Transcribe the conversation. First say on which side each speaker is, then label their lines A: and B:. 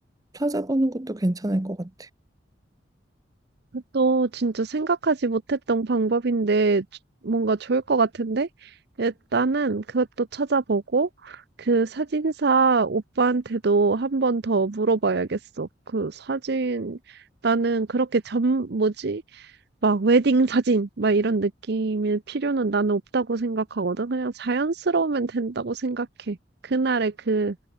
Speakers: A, on the right; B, on the right.
A: 찾아보는 것도 괜찮을 것 같아.
B: 또 진짜 생각하지 못했던 방법인데 주- 뭔가 좋을 것 같은데? 일단은 그것도 찾아보고 그 사진사 오빠한테도 한 번 더 물어봐야겠어. 그 사진 나는 그렇게 전 뭐지? 막 웨딩 사진 막 이런 느낌일 필요는 나는 없다고 생각하거든. 그냥 자연스러우면 된다고 생각해. 그날의 그